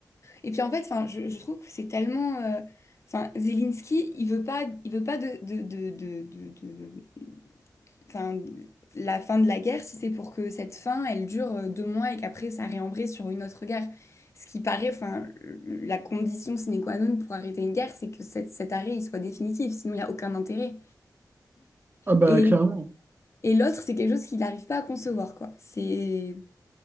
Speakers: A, on the left; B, on the right.
A: Et puis en fait, enfin, je, je trouve que c'est tellement, euh, enfin, Zelensky, il veut pas, il veut pas de, de, de, de, de, de- enfin, la fin de la guerre si c'est pour que cette fin, elle dure euh, deux mois et qu'après ça réembraye sur une autre guerre. Ce qui paraît, enfin, le- la condition sine qua non pour arrêter une guerre, c'est que cet cet arrêt il soit définitif, sinon il n'y a aucun intérêt.
B: Ah bah
A: Et,
B: clairement.
A: et l'autre, c'est quelque chose qu'il n'arrive pas à concevoir, quoi. C'est...